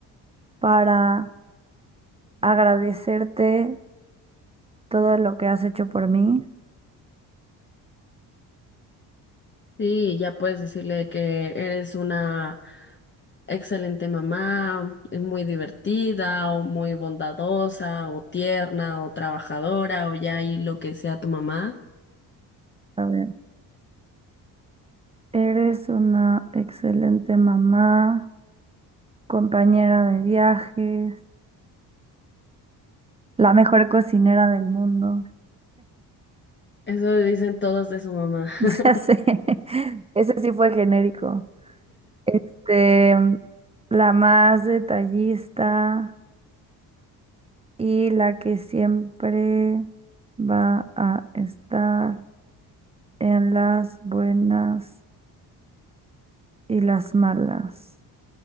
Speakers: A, on the right; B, on the left.
A: para agradecerte todo lo que has hecho por mí.
B: Sí, ya puedes decirle que eres una excelente mamá, eh, muy divertida o muy bondadosa o tierna o trabajadora o ya ahí lo que sea tu mamá.
A: A ver, eres una excelente mamá, compañera de viajes, La mejor cocinera del mundo.
B: Eso dicen todos de su mamá. <laughs>
A: <laughs> Ya sé. Ese sí fue genérico. Este, la más detallista y la que siempre va a estar en las buenas y las malas.